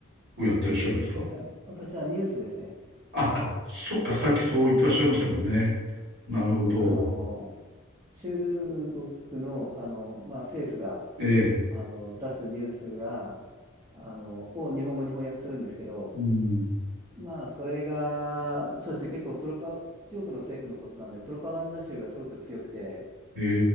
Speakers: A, on the right (about 55°); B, on the right (about 20°).
A: をやってらっしゃるんですか
B: あ私はニュースですね。
A: あ、そっか、さっきそう言ってらっしゃいましたもんね。なるほど。
B: あの、中国の、あの、まあ、政府が、
A: ええ。
B: あの、出すニュースが、あの、を日本語に翻訳するんですけど、
A: うん。
B: まあ、それが、そうですね、結構プロパ、中国の政府のことなんで、プロパガンダ臭がすごく強くて、
A: え